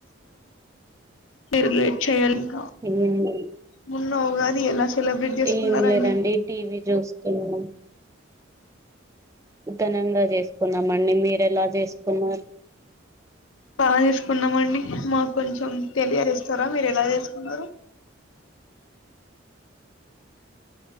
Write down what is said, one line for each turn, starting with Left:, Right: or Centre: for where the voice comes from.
Left: మీర్ చెల్కా
Right: ఏం లేదు
Left: ము ఓ ఉగాది ఎలా. సెలబ్రేట్ చేసుకున్నారండి
Right: ఏం లేదండి టీవీ జుస్తునం. ఘనంగా జేస్కునామ మీర్ ఎలా చేసుకున్నార్
Left: బాగ్ చేసుకున్నామండి మాక్ కొంచెం తెలియజేస్తారా మీర్ ఎలా చేసుకున్నారో.